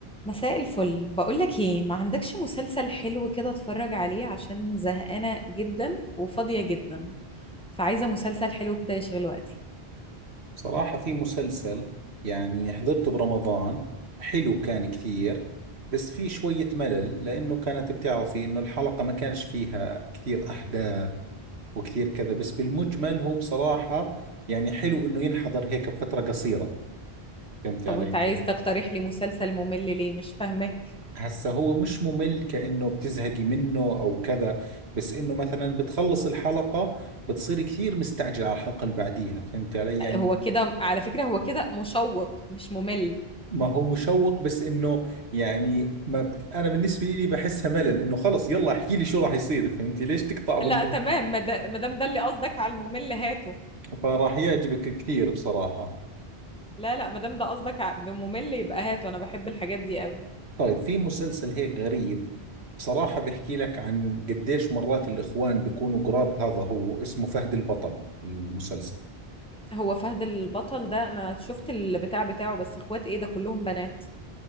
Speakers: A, in the centre; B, on the right.
A: مساء الفل بقولك ايه ما عندكش مسلسل حلو كده اتفرج عليه عشان زهقانة جدا وفاضية جدا فعايزة مسلسل حلو كده يشغل وقتي
B: صراحة في مسلسل يعني حضرته برمضان حلو كان كثير بس في شوية ملل لأنه كانت بتعرفي إنه الحلقة ما كانش فيها كثير أحداث وكثير كذا بس بالمجمل هو بصراحة يعني حلو إنه ينحضر هيك بفترة قصيرة فهمت
A: طب
B: علي
A: وانت
B: كيف؟
A: عايز تقترح لي مسلسل ممل ليه مش فاهمك
B: هسا هو مش ممل كأنه بتزهقي منه أو كذا بس إنه مثلا بتخلص الحلقة بتصيري كثير مستعجلة على الحلقة اللي بعديها فهمت علي يعني
A: هو كده على فكرة هو كده مشوق مش ممل
B: ما هو مشوق بس انه يعني ما بت... انا بالنسبه لي بحسها ملل انه خلص يلا احكي لي شو راح يصير فهمتي ليش تقطع بالنص
A: لا تمام ما دا- ما دام ده اللي قصدك على الممل هاته
B: فراح يعجبك كثير بصراحه
A: لا لا ما دام ده قصدك ع- بممل يبقى هاته انا بحب الحاجات دي قوي
B: طيب في مسلسل هيك غريب بصراحه بحكي لك عن قديش مرات الاخوان بيكونوا قراب هذا هو اسمه فهد البطل المسلسل
A: هو فهد البطل ده انا شفت البتاع بتاعه بس اخوات ايه ده كلهم بنات